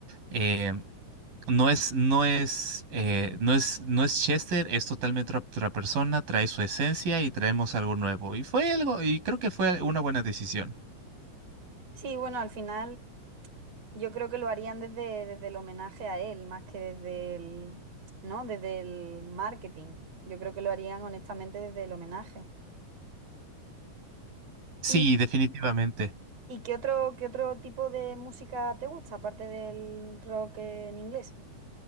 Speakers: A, on the right; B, on the right.
A: eh, No es, no es, eh, no es, no es Chester, es totalmente otra otra persona, trae su esencia y traemos algo nuevo. Y fue algo, y creo que fue una buena decisión.
B: Sí, bueno, al final yo creo que lo harían desde, desde el homenaje a él, más que desde el, ¿no? Desde el marketing. Yo creo que lo harían honestamente desde el homenaje.
A: Sí,
B: ¿Y,
A: definitivamente.
B: y qué otro, qué otro tipo de música te gusta, aparte del rock en inglés?